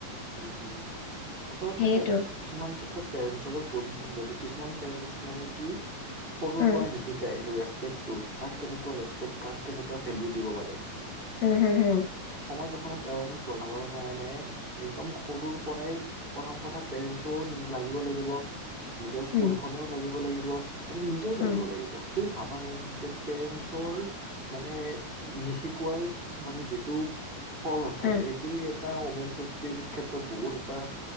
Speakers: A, on the right; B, on the left.
A: উম হোম, আচলতে
B: সেইটো
A: কিছুমান ক্ষেত্ৰ তো পেৰেঞ্চৰো ভুল যদি কিছুমান পেৰেঞ্চ মানে কি সৰুৰ
B: উম
A: পৰাই নিশিকাই ৰে পেকটো কাক কেনেকুৱা ৰেচপেক্ট কাক কেনেকুৱা ভেলো দিব পাৰে।
B: উম হুম হুম।
A: সমাজ এখনত এৱেৰনেছ বঢ়াবৰ কাৰণে একদম সৰুৰ পৰাই প্ৰথম কথা পেৰেঞ্চেও লাগিব লাগিব। নিজৰ স্কুলখনেও
B: উম
A: লাগিব লাগিব আৰু নিজেও
B: উম
A: লাগিব লাগিব। তুমি ভাবানে যে পেৰেঞ্চৰ মানে নিশিকোৱাৰ মানে যিটো ফল নাথাকে
B: উম
A: সেইটো এটা অমেন চেফ টিৰ ক্ষেত্ৰত বহুত এটা